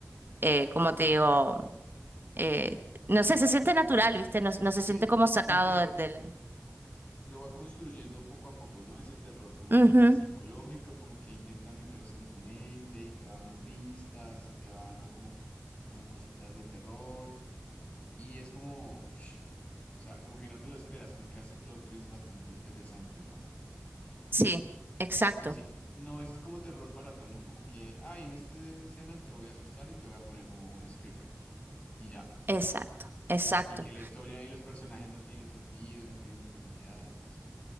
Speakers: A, on the right; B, on the left.
A: eh, como te digo, eh, no sé, se siente natural, ¿viste? No, no
B: sí,
A: se siente como sacado
B: como que
A: del... del-
B: lo va construyendo poco a poco, ¿no? Ese terror como
A: Ujú,
B: que psicológico, como que intenta meterse en tu mente y te va dando pistas y te va dando como, como cositas de terror y es como, ush, o sea, como que no te lo esperas, como que hace plot twists bastante interesantes, ¿no?
A: Sí, exacto,
B: Y sí, no es como terror barato, ¿no? Como que, ay, en esta escena te voy a asustar y te voy a poner como un screamer. Y ya.
A: exacto, exacto.
B: Y que la historia y los personajes no tienen sentido, no tienen profundidad, así.